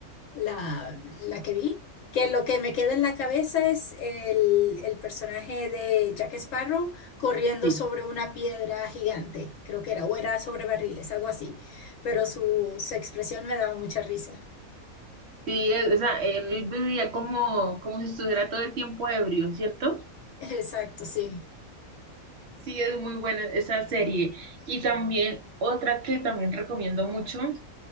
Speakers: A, on the left (about 65°); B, on the right (about 60°).
A: La, la que vi, que lo que me queda en la cabeza es el, el personaje de Jack Sparrow corriendo
B: Sí,
A: sobre una piedra gigante, creo que era, o era sobre barriles, algo así, pero su, su expresión me daba mucha risa.
B: sí, es- o sea, él vivía como, como si estuviera todo el tiempo ebrio, ¿cierto?
A: <laughs> Exacto, sí.
B: Sí, es muy buena esa serie. Y también otra que también recomiendo mucho.